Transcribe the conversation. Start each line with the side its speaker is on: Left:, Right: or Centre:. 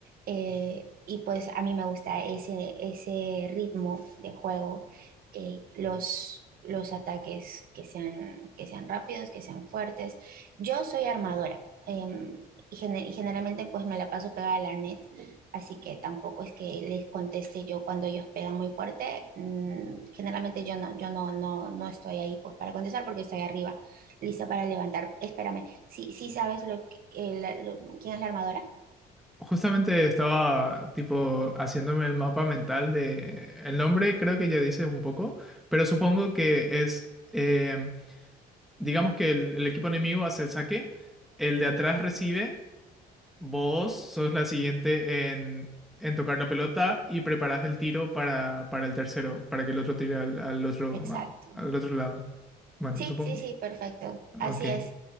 Right: Eh, y pues a mí me gusta ese, ese ritmo de juego eh, los, los ataques que sean, que sean rápidos, que sean fuertes. Yo soy armadora em, y, gene- y generalmente pues me la paso pegada a la net, así que tampoco es que les conteste yo cuando ellos pegan muy fuerte. Mm, generalmente yo no, yo no, no, no estoy ahí pues para contestar porque estoy arriba, lista para levantar. Espérame, ¿sí, sí sabes lo que, eh, la- lo- quién es la armadora?
Centre: Justamente estaba tipo haciéndome el mapa mental de... El nombre creo que ya dice un poco, pero supongo que es... em, digamos que el, el equipo enemigo hace el saque, el de atrás recibe, vos sos la siguiente en, en tocar la pelota y preparás el tiro para, para el tercero, para que el otro tire al, al otro,
Right: Exacto.
Centre: a- al otro lado. Bueno,
Right: Sí,
Centre: supongo.
Right: sí, sí, perfecto. Así
Centre: Ok.
Right: es.